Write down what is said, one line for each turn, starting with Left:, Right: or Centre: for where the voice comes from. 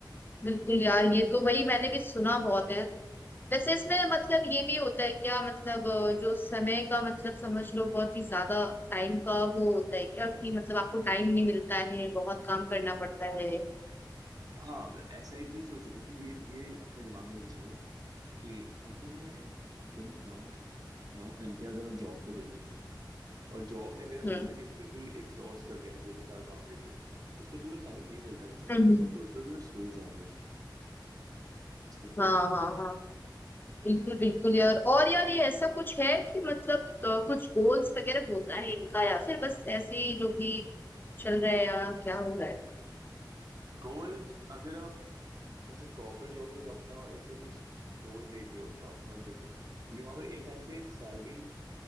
Left: बिल्कुल यार ये तो वही मैंने भी सुना बहुत है वैसे इसमें मतलब ये भी होता है क्या मतलब अ, जो समय का मतलब समझ लो बहुत ही ज्यादा टाइम का वो होता है क्या कि मतलब आपको टाइम नहीं मिलता है बहुत काम करना पड़ता है
Right: हाँ ऐसा है कि सोचो बस तुम ये ये अपने दिमाग में लेके चलो कि अगर मैं दिन का नौ घंटे अगर मैं जॉब पे दे रही हूँ और जॉब ने मेरा
Left: हम्म
Right: मेंटली बिल्कुल एग्जॉस्ट कर दिया मेरे को इतना सारा काम देकर इसलिए तो मैं टाइम नहीं मिलता कुछ और
Left: हम्म,
Right: करने
Left: हम्म,
Right: का
Left: हम्म।
Right: तुम सोचते हो कि मैं सो जाऊं बस इसलिए
Left: हाँ हाँ हाँ बिल्कुल बिल्कुल यार और यार ये ऐसा कुछ है कि मतलब अ, कुछ गोल्स वगैरह होता है इनका या फिर बस ऐसे ही जो भी चल रहा है या क्या हो रहा है
Right: गोल्स अगर आप ऐसे कॉर्पोरेट जॉब में अपना ऐसे कुछ गोल देख रहे हो तो आप मत देखो क्योंकि वहां पर एक टाइम पे एक सैलरी